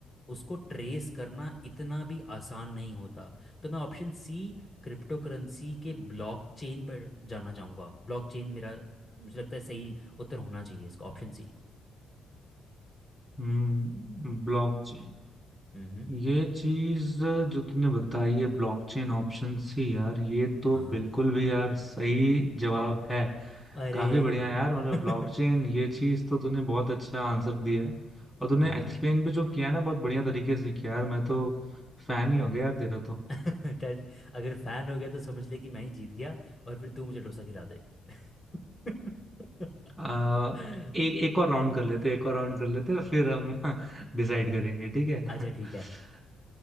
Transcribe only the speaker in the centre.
हम्म ब्लॉकचेन
ये चीज जो तूने बताई है ब्लॉकचेन ऑप्शंस ही यार ये तो
बिल्कुल भी यार सही जवाब है
काफी बढ़िया यार मतलब
ब्लॉकचेन ये चीज तो तूने बहुत अच्छा आंसर दिया है और तूने
एक्सप्लेन भी जो किया ना बहुत बढ़िया तरीके से किया यार मैं तो फैन ही हो गया यार तेरा तो
आ, एक एक और राउंड कर लेते एक और राउंड कर लेते फिर हम <laughs> डिसाइड करेंगे ठीक है
<laughs>